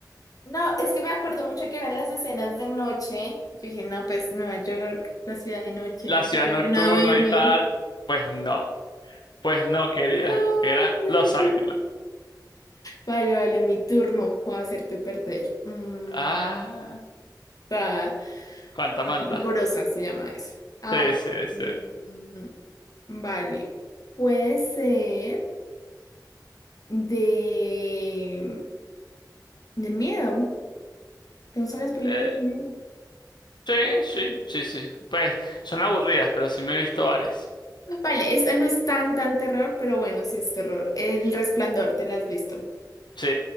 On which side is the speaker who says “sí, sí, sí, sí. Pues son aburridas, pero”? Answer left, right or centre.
Left